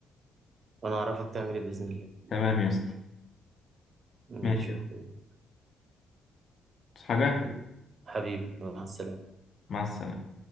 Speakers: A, on the right; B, on the left.
A: وأنا هعرفك تعمل إيه بإذن الله
B: تمام يا اسطى
A: ماشي
B: ماشي يا
A: يا أخويا
B: اسطى. حاجه
A: يلا. حبيبي مع السلامة
B: مع السلامه